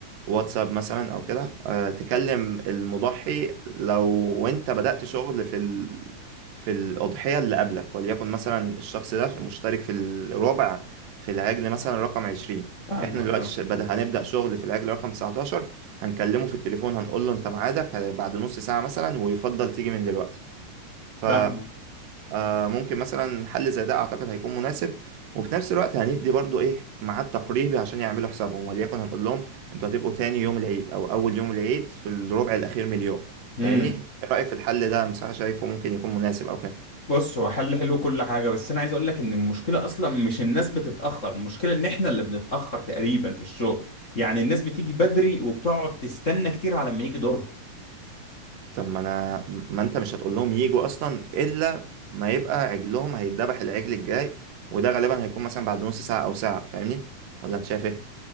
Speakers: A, on the right; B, on the left.
A: واتساب مثلا او كده آه، تكلم المضحي لو انت بدأت شغل في ال... في الأضحية اللي قبلك وليكن مثلا الشخص ده مشترك في الرابع في العجل مثلا رقم 20
B: فاهمك
A: احنا دلوقتي
B: اه.
A: ش- بدأ هنبدأ شغل في العجل رقم 19 هنكلمه في التليفون هنقول له انت ميعادك بعد نص ساعة مثلا ويفضل تيجي من دلوقتي ف
B: فاهمك
A: آه ممكن مثلا حل زي ده اعتقد هيكون مناسب وفي نفس الوقت هندي برضو ايه ميعاد تقريبي عشان يعملوا حسابهم وليكن هنقول لهم انتوا هتبقوا تاني يوم العيد او اول يوم العيد في الربع الاخير من اليوم
B: امم
A: فاهمني ايه رايك في الحل ده انا بصراحه شايفه ممكن يكون مناسب او كده
B: بص هو حل حلو كل حاجة بس أنا عايز أقول لك إن المشكلة أصلا مش الناس بتتأخر المشكلة إن إحنا اللي بنتأخر تقريبا في الشغل يعني الناس بتيجي بدري وبتقعد تستنى كتير على ما يجي دورها
A: طب ما انا ما انت مش هتقول لهم يجوا اصلا الا ما يبقى عجلهم هيتذبح العجل الجاي وده غالبا هيكون مثلا بعد نص ساعه او ساعه فاهمني ولا انت شايف ايه